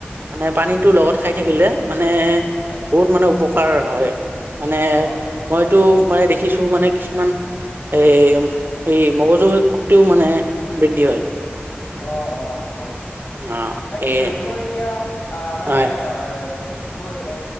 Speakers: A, on the right (about 55°); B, on the left (about 85°).
A: মানে পানীটো লগত খাই থাকিলে মানে
B: হয়
A: বহুত মানে উপ কাৰ হয় মানে
B: অ অ
A: মইতো মানে দেখিছো মানে কিছুমান, এই এই মগজু শক্তিও মানে বৃদ্ধি হয়।
B: অ অ হয় হয়।
A: অ
B: তাকেটো
A: সেয়ে
B: এইবোৰ এতিয়া অ মানে
A: হয়
B: অ বোৰ এ